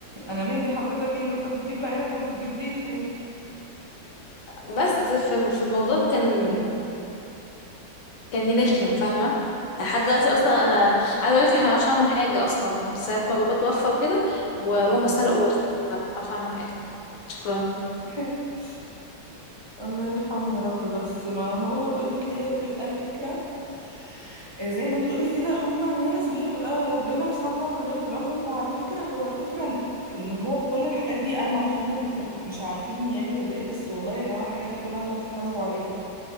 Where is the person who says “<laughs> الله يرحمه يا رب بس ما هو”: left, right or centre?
Right